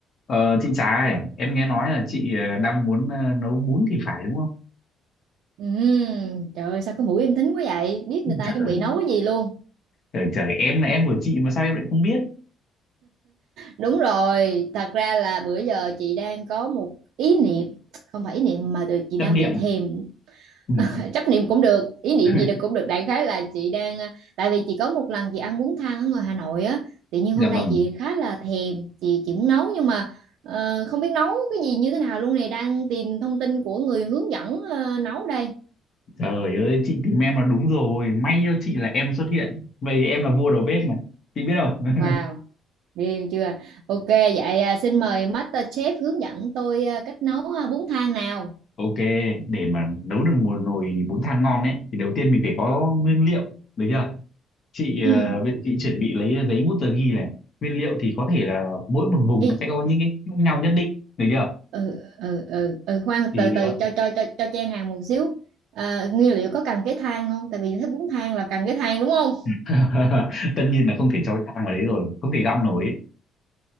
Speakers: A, on the left; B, on the right.
A: Ờ, chị Trà ơi, em nghe nói là chị ờ, đang muốn ờ, nấu bún thì phải đúng không?
B: Ừm, trời ơi sao cái mũi em thính quá vậy biết người ta
A: Trời,
B: chuẩn bị nấu cái gì luôn
A: trời, trời, em là em của chị mà sao em lại không biết?
B: đúng rồi thật ra là bữa giờ chị đang có một ý niệm không phải ý niệm mà từ chị
A: Tâm
B: đang
A: niệm.
B: bị thèm
A: <laughs>
B: <laughs> chấp niệm cũng được ý niệm
A: Ừ.
B: gì được cũng được đại khái là chị đang à, tại vì chị có một lần chị ăn bún thang ở ngoài Hà Nội á tự nhiên
A: Dạ
B: hôm nay
A: vâng,
B: chị khá là thèm chị chị muốn nấu nhưng mà ờ, không biết nấu cái gì như thế nào luôn này đang tìm thông tin của người hướng dẫn ờ, nấu đây
A: trời ơi, chị tìm em là đúng rồi, may cho chị là em xuất hiện. Vậy em là vua đầu bếp mà, chị biết không?
B: wow Riêu chưa? Ok, vậy à, xin mời Master Chef hướng dẫn tôi à, cách nấu à, bún thang nào.
A: Ok, để mà nấu được một nồi bún thang ngon ấy, thì đầu tiên mình phải có nguyên liệu, được chưa? Chị, ờ,
B: Ừ,
A: bây giờ chị chuẩn bị lấy giấy bút tờ ghi này. Nguyên liệu thì có thể là mỗi một vùng
B: y,
A: nó sẽ có những cái khác nhau nhất định, được chưa?
B: ừ, ừ, ừ, ừ, khoan
A: thì
B: từ từ
A: ờ,
B: cho cho cho cho chen hàng một xíu. À, nguyên liệu có cần cái thang không? Tại vì thấy bún thang là cần cái thang đúng không?
A: <laughs> tất nhiên là không thể cho cái thang vào đấy rồi không thể găm nổi ấy.